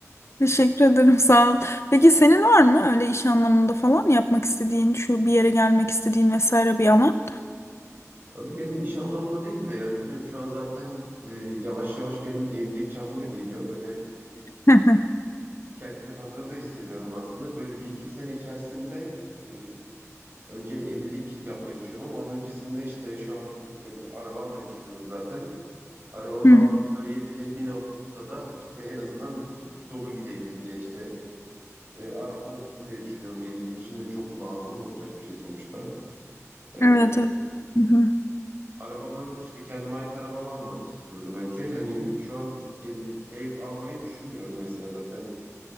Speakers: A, on the left (about 55°); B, on the right (about 40°).
A: Teşekkür ederim sağ ol. Peki senin var mı öyle iş anlamında falan yapmak istediğin şu bir yere gelmek istediğin vesaire bir alan?
B: Benim iş anlamında değil de yani biliyorum şu an zaten e, yavaş yavaş benim evlilik çağım da geliyor. Böyle
A: Hı hı,
B: kendimi hazır da hissediyorum aslında. Böyle bir iki sene içerisinde e, önce evlilik yapmayı düşünüyorum ama onun öncesinde işte şu an e, araba almayı düşünüyorum zaten. Arabamı
A: hı
B: alıp
A: hı.
B: böyle evliliğe bir noktada işte en azından dolu gideyim diye işte e, araba olsun diye düşünüyorum. Evlilik için de çok lazım olacak bir şey sonuçta. E,
A: Evet evet. Hı hı,
B: arabamı işte kendime ait arabamı almak istiyorum önce. Hani şu an geri, ev almayı düşünmüyorum mesela zaten.